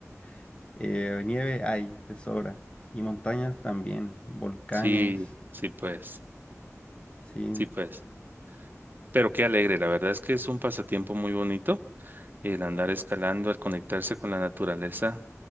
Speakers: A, on the left; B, on the right.
A: <laughs> eh, nieve hay, de sobra. Y montañas también, volcanes.
B: sí, sí, pues,
A: Sí,
B: sí, pues. Pero qué alegre, la verdad es que es un pasatiempo muy bonito el andar escalando, el conectarse con la naturaleza.